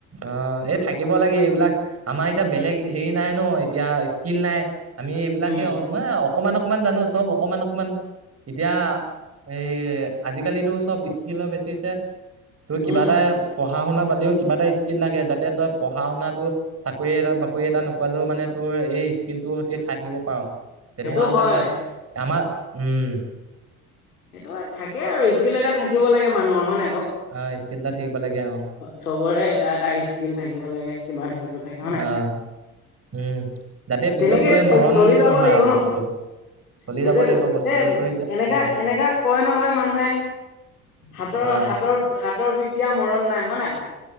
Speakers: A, on the right; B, on the left.
A: অ এই থাকিব লাগে এইবিলাক, আমাৰ এতিয়া বেলেগ হেৰি নাই ন এতিয়া স্কিল নাই। আমি এইবিলাকে
B: উম
A: অ মান অকমান অকমান জানো চব অকমান অকমান এতিয়া এই আজিকালিতো চব স্কিলৰ বেচিছ হে তোৰ কিবা
B: উম
A: এটা পঢ়া-শুনা বাদেও কিবা এটা স্কিল লাগে, যাতে তই পঢ়া-শুনাটো চাকৰি এ বাকৰি এটা নোপোৱালেও মানে তোৰ এই স্কিলটোৰ সৈতি খাই থাকিব পাৰোঁ, তেনেকুৱা
B: সেইটো
A: হ'লে
B: হয়
A: ভাল, আমাৰ উম।
B: সেইটো থাকে আৰু ইস্কিল এটা থাকিব লাগে মানুহৰ হয় নাই ক'?
A: অ' ইস্কিল এটা থাকিব লাগে আৰু।
B: চবৰে এটা এটা ইস্কিল থাকিব লাগে, কিবা থাকিব লাগে। হয় নাই
A: আহ, উম, যাতে পিছত
B: তেনেকে
A: গৈ
B: চল
A: মৰণ
B: চলি যাব
A: নহয়
B: লাগিব
A: আৰু
B: ন
A: বস্তুটো। চলি
B: সেইটোয়েতো
A: যাব লাগিব বস্তুটো
B: এ
A: ধৰ এতিয়া
B: এনেকা
A: উম।
B: এনেকা কয় নহয় মানুহে, হাতৰ
A: অ
B: হাতৰ হাতৰ বিদ্যা মৰণ নাই হয় নাই।